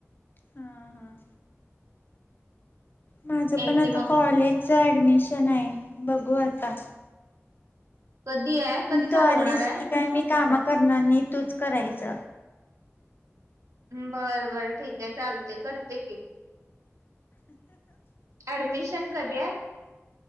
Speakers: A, on the left; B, on the right.
A: हा हा. माझं
B: येते
A: पण आता
B: मग
A: कॉलेजच ऍडमिशन आहे बघू आता.
B: कधी आहे कधी चालू
A: तू आलीस
B: होणार आहे
A: की काय मी काम करणार नाही तूच करायच.
B: बर बर ठीक आहे चालते करते कि. ऍडमिशन कधी आहे